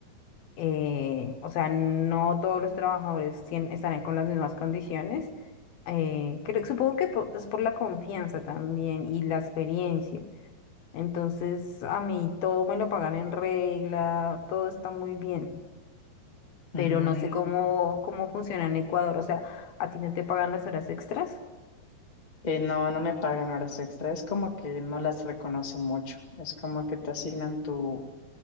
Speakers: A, on the left; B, on the left.
A: eh, o sea, no todos los trabajadores tien- estarán con las mismas condiciones. eh, creo, supongo que po- es por la confianza también y la experiencia. Entonces, a mí todo me lo pagan en regla, todo está muy bien,
B: Mm.
A: pero no sé cómo, cómo funciona en Ecuador. O sea, ¿a ti no te pagan las horas extras?
B: Eh, no, no me pagan horas extra. Es como que no las reconoce mucho. Es como que te asignan tu